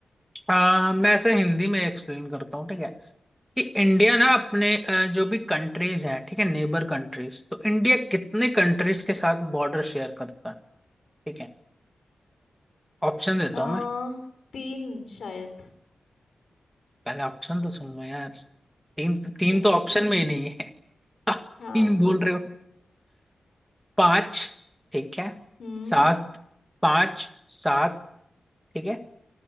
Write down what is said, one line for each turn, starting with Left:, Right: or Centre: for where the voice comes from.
Centre: आ, मैं ऐसे हिंदी में एक्सप्लेन करता हूँ ठीक है कि इंडिया ना अपने अ, जो भी कंट्रीज हैं ठीक है नेबर कंट्रीज तो इंडिया कितने कंट्रीज के साथ बॉर्डर शेयर करता है ठीक है ऑप्शन देता
Left: आ,
Centre: हूँ मैं
Left: तीन शायद
Centre: पहले ऑप्शन तो सुन लो यार तीन तीन
Left: सुनो
Centre: तो ऑप्शन
Left: सुनो
Centre: में ही नहीं है <laughs> आप
Left: हाँ
Centre: तीन
Left: सुन
Centre: बोल रहे हो पांच ठीक है
Left: हम्म
Centre: सात पांच सात ठीक है